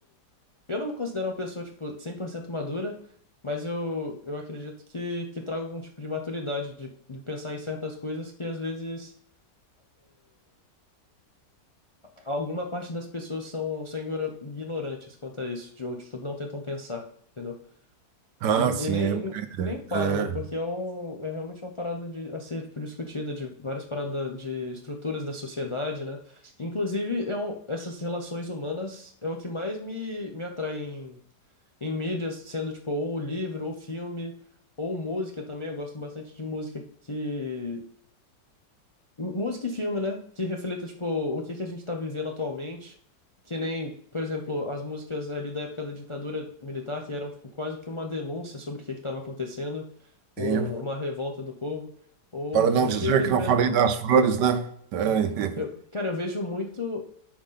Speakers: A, on the left (about 35°); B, on the right (about 75°).
A: eu não me considero uma pessoa, tipo, 100% madura, mas eu, eu acredito que, que trago algum tipo de maturidade, de, de pensar em certas coisas que às vezes alguma parte das pessoas são, são ignora- ignorantes quanto a isso, de- ou tipo, não tentam pensar, entendeu?
B: Ah,
A: E, e
B: sim.
A: nem,
B: É,
A: nem param,
B: é,
A: né? Porque é, um, é realmente uma parada de, a ser tipo, discutida, de várias paradas de estruturas da sociedade, né? Inclusive, é um, essas relações humanas é o que mais me, me atrai em, em mídias, sendo tipo, ou livro, ou filme, ou música também. Eu gosto bastante de música que Música e filme, né? Que reflita, tipo, o que que a gente tá vivendo atualmente. Que nem, por exemplo, as músicas ali da época da ditadura militar, que eram, tipo, quase que uma denúncia sobre o que que tava acontecendo, um-
B: é. é.
A: uma revolta do povo. Ou,
B: Para não
A: ou
B: dizer
A: filmes
B: que
A: mesmo.
B: não falei das flores, né? É.
A: Uhum. Eu, cara, eu vejo muito,